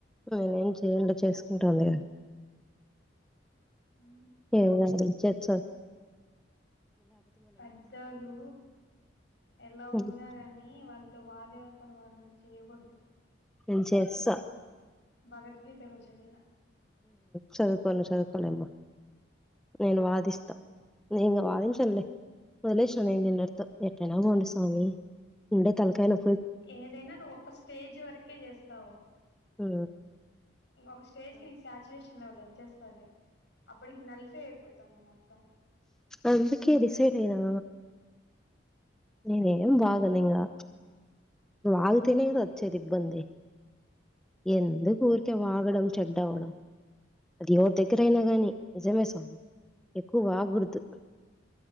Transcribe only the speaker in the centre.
అ ఎం అయినా చెయ్యండి చేసుకుంటాంది
ఏ స
హ్మ్.
నేను చేస్తా
చదుకో చదుకోలేమ్మ నేను వాదిస్తా ఇంక వాదించానులే వదిలేసాను నేను నిన్నర్తో ఎట్టైనా బోండి స్వామి ఉండే తలకాయిన
ఆ
అందుకే డిసైడ్ అయనా నేనేం బాగను ఇకా బాగుతేనే కదా వచ్చేది ఇబ్బంది ఎందు
కూరిక వాగడం చెడ్డవడం అది ఎవరి దగ్గరయినా గాని నిజమే స్వామి ఎక్కువ వాగకూడదు